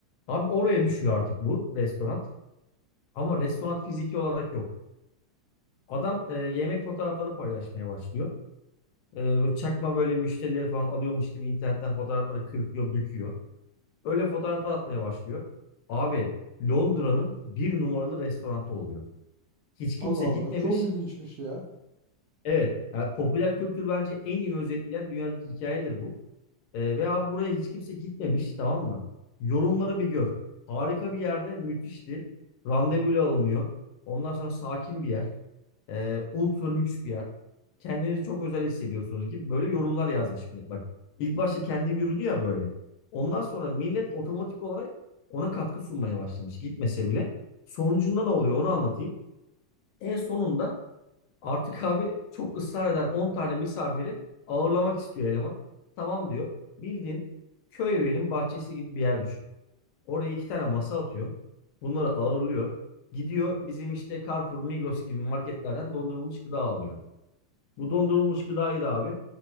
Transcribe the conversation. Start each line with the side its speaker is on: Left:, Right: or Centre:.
Left: Abi oraya düşüyor artık bu restoran. Ama restoran fiziki olarak yok. Adam e, yemek fotoğrafları paylaşmaya başlıyor. E, böyle çakma böyle müşterileri falan alıyormuş gibi internetten fotoğrafları kırpıyor, büküyor. Öyle fotoğraflar atmaya başlıyor. Abi Londra'nın bir numaralı restoranı oluyor. Hiç
Right: Allah
Left: kimse
Right: Allah
Left: gitmemiş.
Right: çok ilginçmiş ya.
Left: Evet, yani popüler kültür bence en iyi özetleyen dünyadaki hikayedir bu. Ee, ve abi buraya hiç kimse gitmemiş tamam mı? Yorumları bir gör. Harika bir yerde müthişti. Randevuyla alınıyor. Ondan sonra sakin bir yer. Ee, ultra lüks bir yer. Kendinizi çok özel hissediyorsunuz gibi böyle yorumlar yazmış millet. Bak ilk başta kendi yürüdü ya böyle. Ondan sonra millet otomatik olarak ona katkı sunmaya başlamış gitmese bile. Sonucunda ne oluyor onu anlatayım. En sonunda Artık abi çok ısrar eden 10 tane misafiri ağırlamak istiyor eleman. Tamam diyor. Bildiğin köy evinin bahçesi gibi bir yer düşün. Oraya iki tane masa atıyor. Bunları ağırlıyor. Gidiyor bizim işte Carrefour, Migros gibi marketlerden dondurulmuş gıda alıyor. Bu dondurulmuş gıdayı da abi